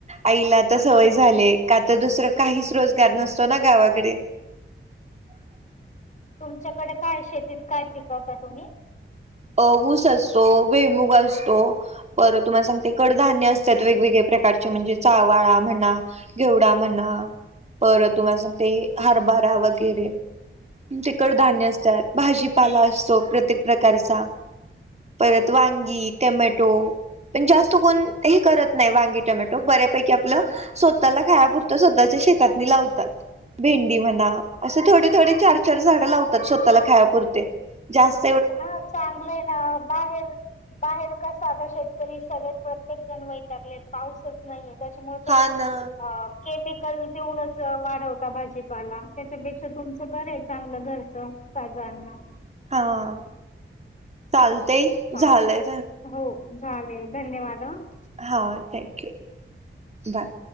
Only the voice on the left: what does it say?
तुमच्याकडे काय शेतीत काय पिकवता तुम्ही?
अच्छा
हां चांगलं आहे ना बाहेर बाहेर कस आता शे तरी सगळे प्रत्येक जण वैतगले पाऊसच नाहीये त्याच्यामुळे
ते
अ केमिकल देऊनच वाढवता भाजीपाला त्याच्यापेक्षा तुमचं बरं आहे चांगलं घरचं. बाजारना.
चाल
हो चालेल धन्यवाद हां.